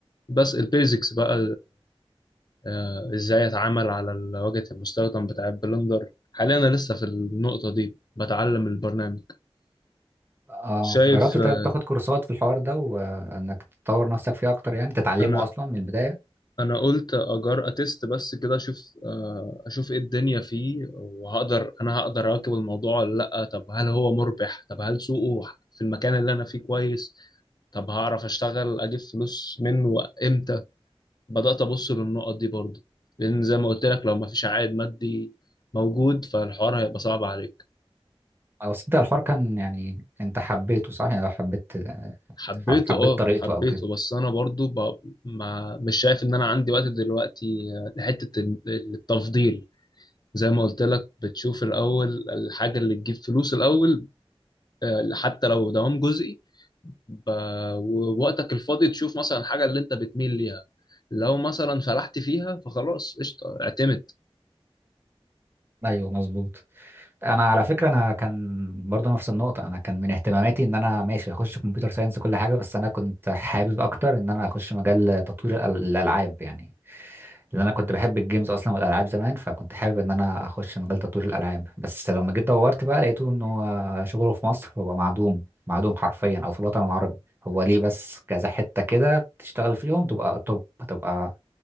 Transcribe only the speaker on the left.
بس البيزكس بقى آه، إزاي أتعامل على ال- واجهة المستخدم بتاع البلندر حاليا أنا لسه في النقطة دي بتعلم البرنامج
شايف
آه،
أنا
انا قلت اجار اتست بس كده اشوف آه، اشوف ايه الدنيا فيه وهقدر انا هقدر اواكب الموضوع ولا لا طب هل هو مربح طب هل سوقه في المكان اللي انا فيه كويس طب هعرف اشتغل اجيب فلوس منه امتى بدأت ابص للنقط دي برضه لان زي ما قلت لك لو ما فيش عائد مادي موجود فالحوار هيبقى صعب عليك
حبيته
اه
حبيته
بس انا برضه ب... ما مش شايف ان انا عندي وقت دلوقتي آه، لحتة ال- التفضيل زي ما قلت لك بتشوف الأول الحاجة اللي تجيب فلوس الأول آه، حتى لو دوام جزئي ب... ووقتك الفاضي تشوف مثلا الحاجة اللي أنت بتميل ليها لو مثلا فلحت فيها فخلاص قشطة اعتمد